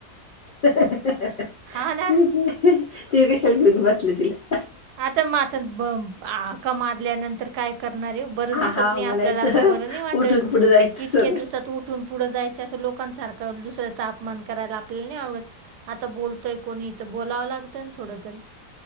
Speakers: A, on the left (about 65°); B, on the right (about 80°).
A: तु
B: हा ना
A: कशाला घेऊन बसली तिला.
B: आता, मग आता, हाका मारल्यानंतर काय करणार आहे, बरं
A: हा
B: दिसत-
A: हा
B: नाही,
A: म्हणायचं
B: आपल्याला असं बरं नाही वाटत,
A: उठून पुढे जायचं
B: इतक्या
A: सरळ
B: दिवसात उठून- पुढं जायचं असं लोकांसारखं दुसऱ्याचा अपमान करायला आपल्याला नाही आवडत. आता बोलतोय- कोणी इथं बोलावं लागतं ना थोडं तरी.